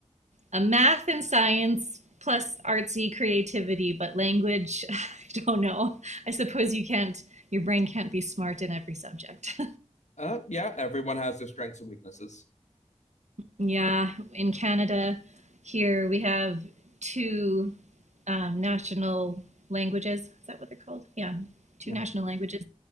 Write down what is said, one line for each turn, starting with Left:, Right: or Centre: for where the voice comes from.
Right: a math and science plus artsy creativity, but language, <laughs> I don't know. I suppose you can't your brain can't be smart in every subject.
Left: Uh, yeah, everyone has their strengths and weaknesses.
Right: Yeah, in Canada, here we have two um, national languages. Is that what they're called? Yeah, two
Left: Yeah.
Right: national languages,